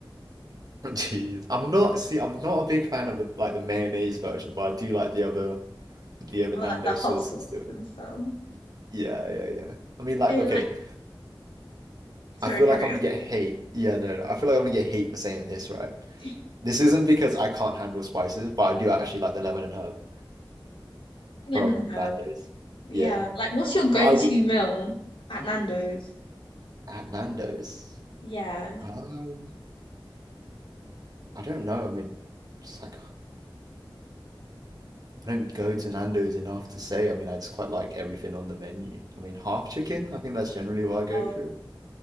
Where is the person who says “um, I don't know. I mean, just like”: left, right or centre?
Right